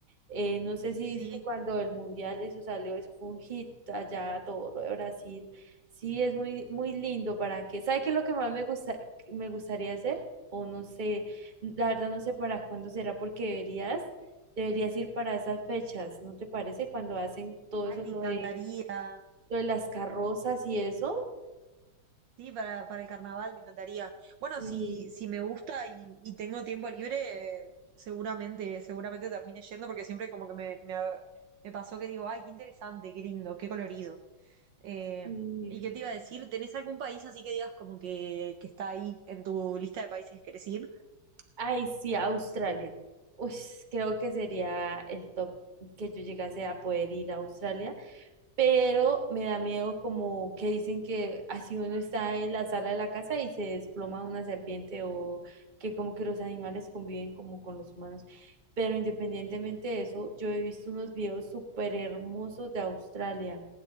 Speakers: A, on the right; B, on the right.
A: Eh, no sé si
B: Sí.
A: viste cuando el mundial eso salió, eso fue un hit allá a todo lo de Brasil. Sí, es muy, muy lindo para que. ¿Sabe qué es lo que más me gusta, me gustaría hacer? O no sé, la verdad no sé para cuándo será, porque deberías, deberías ir para esas fechas, ¿no te parece? Cuando hacen todo
B: Ay,
A: eso,
B: me
A: lo
B: encantaría.
A: de, lo de las carrozas y eso.
B: Sí, para, para el carnaval me encantaría. Bueno,
A: Sí,
B: si, si me gusta y, y tengo tiempo libre, eh, seguramente, seguramente termine yendo porque siempre como que me, me, me pasó que digo, ay, qué interesante, qué lindo, qué colorido. Eh,
A: sí.
B: ¿y qué te iba a decir? ¿Tenés algún país así que digas como que, que está ahí en tu lista de países que querés ir?
A: Ay, sí, Australia. Uy, creo que sería el top que yo llegase a poder ir a Australia. pero me da miedo como que dicen que así uno está en la sala de la casa y se desploma una serpiente o que como que los animales conviven como con los humanos. Pero independientemente de eso, yo he visto unos videos súper hermosos de Australia